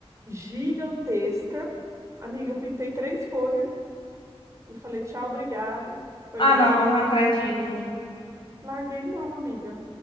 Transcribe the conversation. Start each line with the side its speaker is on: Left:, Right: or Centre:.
Right: Gigantesca. Amiga, eu pintei três folhas e falei tchau, obrigado, foi
Left: Ah,
Right: legal.
Left: não, não acredito.
Right: Larguei mão, amiga.